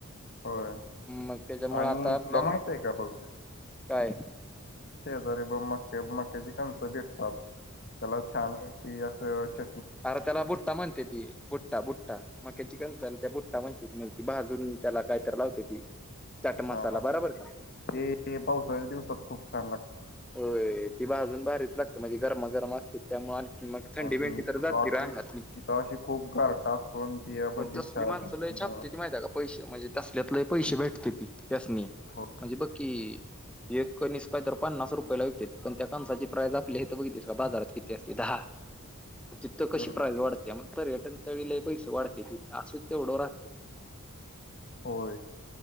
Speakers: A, on the left (about 45°); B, in the centre.
A: होय
B: मग त्याच्या मूळं
A: आणि
B: आता आपल्याला,
A: तुला माहित आहे का बघ
B: काय?
A: बर ब मक्या मक्याची कणस दिसतात. त्याला छान पैकी आसं छ
B: अरं त्याला बुट्टा म्हणत्याती बुट्टा बुट्टा मक्याची कणस त्या बुट्टा म्हणते त म्हन भाजून त्याला कायतरी लावते ती चाट मसाला
A: हां हां
B: बरोबर
A: ते ते
B: का
A: पावसाळ्या दिवसात खूप छान लागत.
B: होय, ती भाजून भारीच लाग म्हणजे गरमा गरम असतेत त्यामुळं आणखी मग थंडी
A: आणि
B: भेंडी तर
A: तिथं
B: जाते
A: अशी
B: र अंगातली.
A: तिथं अशी खूप गारटा असतो आणि त्यामध्ये
B: पण तसली
A: चहा
B: माणसं
A: पिणं
B: लय छापतेती माहिते का पैसे. म्हणजे तसल्यात लै पैशे भेटतेती त्यासनी म्हणजे
A: हो
B: बक की एक कणीस काहीतर पन्नास रुपयाला विकतेत पण त्या कंसाची प्राईस आपली तर बघितस का बाजारात किती असतेती दाहा. तिथं कशी
A: तर
B: प्राईज
A: मग
B: वाढत्या मग पर्यटन स्थळी लई पैशे वाढते की असूद तेवढं राहते.
A: होय